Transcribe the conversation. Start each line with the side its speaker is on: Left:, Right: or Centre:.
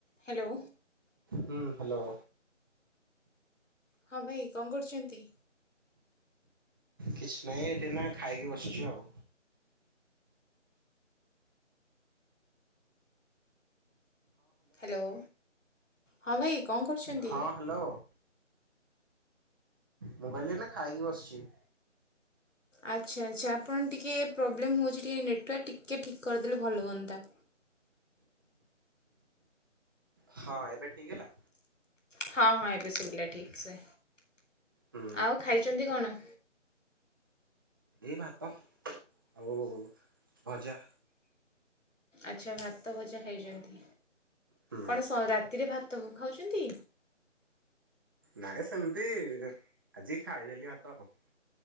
Left: ହ୍ୟାଲୋ
Right: ହୁଁ ହ୍ୟାଲୋ
Left: ହଁ ଭାଇ କଣ କରୁଚନ୍ତି?
Right: କିଛି ନାହିଁ ଏଠି ଏଇନା ଖାଇକି ବସିଛି ଆଉ
Left: ହ୍ୟାଲୋ ହଁ ଭାଇ କଣ କରୁଚନ୍ତି?
Right: ହଁ ହ୍ୟାଲୋ। ମୁଁ କହିଲି ଏଇନା ଖାଇକି ବସିଚି।
Left: ଆଚ୍ଛା ଆଚ୍ଛା ଆପଣ ଟିକେ ପ୍ରୋବ୍ଲେମ୍ ହେଉଛି ଟିକେ ନେଟୱାର୍କ ଟିକେ ଠିକ୍ କରିଦେଲେ ଭଲ ହୁଅନ୍ତା।
Right: ହଁ ଏବେ ଠିକ୍ ହେଲା?
Left: ହଁ ହଁ ଏବେ ଶୁଭିଲା ଠିକ୍ ସେ,
Right: ହୁଁ
Left: ଆଉ ଖାଇଚନ୍ତି କଣ?
Right: ଏ ଭାତ ଆଉ ଭଜା।
Left: ଆଚ୍ଛା ଭାତ ଭଜା ଖାଇଚନ୍ତି
Right: ହୁଁ
Left: କଣ ରାତିରେ ଭାତ ଖାଉଚନ୍ତି?
Right: ନାଇଁ ସେମତି ଆଜି ଖାଇଦେଲି ଭାତ ଆଉ।